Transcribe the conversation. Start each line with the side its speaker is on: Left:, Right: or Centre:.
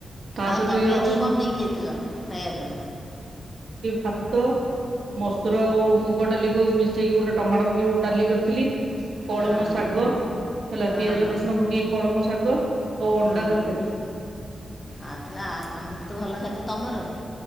Right: ତା
Left: ଆଉ
Right: ସହ
Left: ତମେ
Right: ଟିକେ ରସୁଣ
Left: ଆଜି କଣ ନେଇକି ଯାଇଥିଲ ଖାଇବାକୁ
Right: ହାତ ମସୁର ଆଉ ମୁଗ ଡାଲିକୁ ମିଶେଇକି ଗୋଟେ ଟମାଟୋ ପକେଇ ଗେ ଡାଲି କରିଥିଲି। କଳମ
Left: ହଁ
Right: ଶାଗ ହେଲା
Left: ହଁ
Right: ପିଆଜ ରସୁଣ ପକେଇ କଳମ ଶାଗ ଆଉ ଅଣ୍ଡା
Left: ହଁ
Right: ତରକାରୀ।
Left: ଆଉ ତାହଲେ ଆମ ତ ଭଲ ଖାଦ୍ୟ ତମର